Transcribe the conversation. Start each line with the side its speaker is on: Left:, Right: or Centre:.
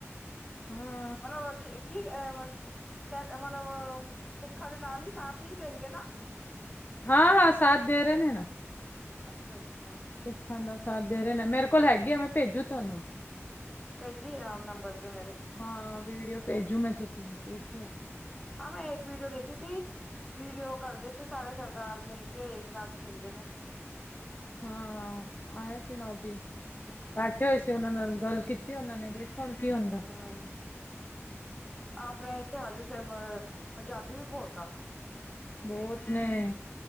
Left: ਹਾਂ।
Centre: ਮਤਲਬ ਕੀ, ਅ- ਸ ਮਤਲਬ, ਸਿੱਖਾਂ ਦੇ ਨਾਲ ਹੀ, ਸਾਥ ਹੀ ਦੇਣਗੇ ਨਾ।
Left: ਹਾਂ- ਹਾਂ, ਸਾਥ ਦੇ ਰਹੇ ਨੇ, ਨਾ।
Centre: ਅੱਛਾ- ਅੱਛਾ।
Left: ਸਿੱਖਾਂ ਦਾ ਸਾਥ, ਦੇ ਰਹੇ ਨੇ। ਮੇਰੇ ਕੋਲ, ਹੈਗੇ ਆ। ਮੈਂ ਭੇਜੂ ਤੁਹਾਨੂੰ।
Centre: ਭੇਜੀ ਆਮ ਨੰਬਰ ਤੇ ਮੇਰੇ
Left: ਹਾਂ, ਵੀਡੀਓ ਭੇਜੂ। ਮੈਂ, ਤੁਸੀਂ ਦੇਖਿਓ।
Centre: ਆ, ਮੈਂ ਇੱਕ, ਵੀਡੀਓ ਦੇਖੀ ਸੀ। ਵੀਡੀਓ ਕਰਦੇ ਸੀ। ਸਾਰੇ ਸਰਦਾਰ ਮਿਲ ਕੇ, ਏਕਨਾਥ ਸ਼ਿੰਦੇ ਨੂੰ।
Left: ਹਾਂ। ਆਇਆ ਸੀ, ਨੌਬੀ।
Centre: ਹਮ
Left: ਹੋਏ ਸੀ, ਉਹਨਾਂ ਨਾਲ ਗੱਲ। ਕੀਤੀ ਉਹਨਾਂ ਨੇ, ਦੇਖੋ ਹੁਣ ਕੀ ਹੁੰ।
Centre: ਹਾਂ, ਆਪਣੇ ਇਥੇ ਹਜੂ ਸਾਹਿਬ, ਪੰਜਾਬੀ ਵੀ ਬੋਹੁਤਾ।
Left: ਬਹੁਤ, ਨੇ।